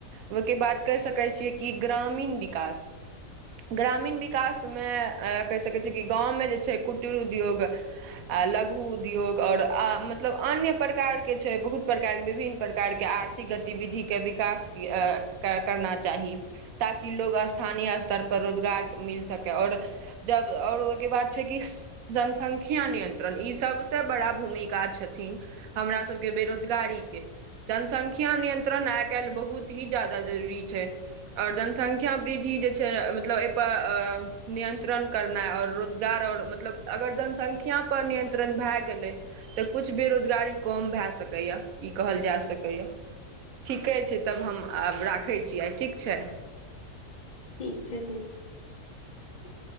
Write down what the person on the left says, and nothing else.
ठीक छै ठीकछै